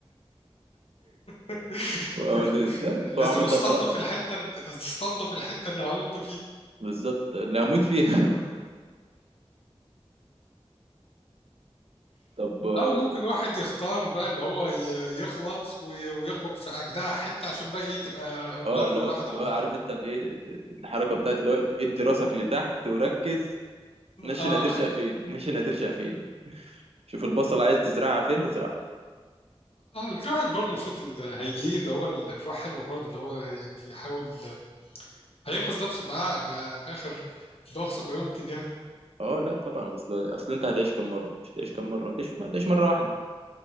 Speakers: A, on the left; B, on the right.
A: <laughs>
B: فأقعد- لا
A: لازم
B: فأموت
A: استنضف
B: ده خلاص
A: الحته استنضف الحته اللي هنط
B: بالظبط اللي هموت فيها
A: فيها
B: طب آه،
A: او ممكن واحد يختار بقى اللي هو ي- يخلص وي- ويخبط في اجدع حته عشان بقى ايه تبقى
B: اه
A: مره
B: اللي هو
A: واحده
B: اللي
A: وخلاص
B: هو عارف انت اللي ايه الحركه بتاعت اللي هو ادي راسك لتحت وركز نشن
A: اه
B: هترشق فين نشن هترشق فين شوف البصل عايز تزرعها فين وازرعها
A: اه لكن واحد برضه المفروض اللي هيجي اللي هو ال- الروح حلوه برضه اللي هو يعني يحاول هينقذ نفسه بقى ب- باخر باقصى ما يمكن يعني
B: اه لا طبعا اصل اصل انت هتعيش كم مره مش هتعيش كم مره هتعيش ما هتعيش مره واحده